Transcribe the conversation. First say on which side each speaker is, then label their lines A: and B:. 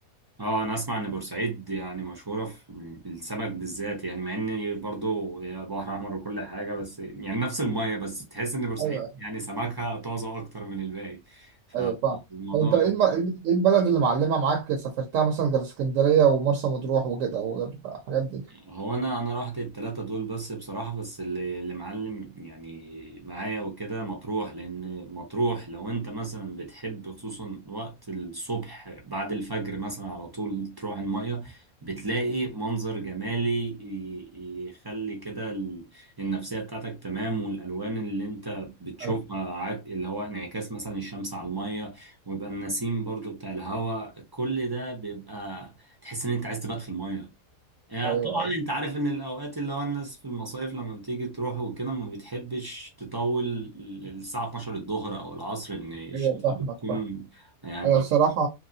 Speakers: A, on the right; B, on the right.
A: اه انا اسمع ان بورسعيد يعني مشهوره في بالسمك بالذات يعني مع ان برضو هي بحر احمر وكل حاجه بس يعني نفس الميه بس تحس ان بورسعيد
B: ايوه
A: يعني سمكها طازه اكتر من الباقي فالموضوع
B: ايوه فاهم طب انت ايه الم- إيه البلد اللي معلمة معاك سافرتها مثلا غير اسكندرية ومرسى مطروح وكده وغير الحاجات دي
A: هو انا انا رحت التلاتة دول بس بصراحة بس اللي اللي معلم يعني معايا وكده مطروح لان مطروح لو انت مثلا بتحب خصوصا وقت الصبح بعد الفجر مثلا على طول تروح المية بتلاقي منظر جمالي ي- يخلي كده ال- النفسية بتاعتك تمام والالوان اللي انت بتشوفها
B: ايوه
A: عاد- اللي هو انعكاس مثلا الشمس على المية ويبقى النسيم برضو بتاع الهواء كل ده بيبقى تحس ان انت عايز تبات في المية يعني
B: ايوه
A: طبعا انت عارف ان الاوقات اللي هو الناس في المصايف لما بتيجي تروح وكده ما بتحبش تطول ال- الساعة 12 الظهر او العصر ان الشمس
B: ايوه فاهمك
A: بتكون
B: فاهم
A: يعني
B: انا الصراحة